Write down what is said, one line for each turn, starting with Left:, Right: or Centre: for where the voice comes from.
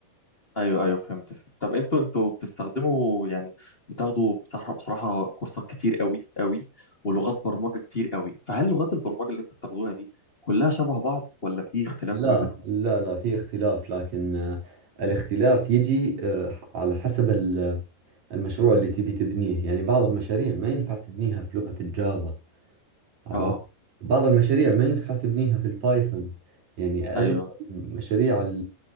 Left: ايوه ايوه فهمت فهمت. طب انتوا انتوا بتستخدموا يعني بتاخدوا بصراحه بصراحه كورسات كتير قوي قوي ولغات برمجه كتير قوي فهل لغات البرمجه اللي انتوا بتاخدوها دي كلها شبه بعض ولا في اختلاف
Right: لا
Left: ما بينهم
Right: لا لا في اختلاف لكن آه الاختلاف يجي آه على حسب ال- المشروع اللي تبي تبنيه يعني بعض المشاريع ما ينفع تبنيها في لغة الجافا عرفت
Left: اه
Right: بعض المشاريع ما ينفع تبنيها في البايثون يعني اغلب
Left: ايوه
Right: المشاريع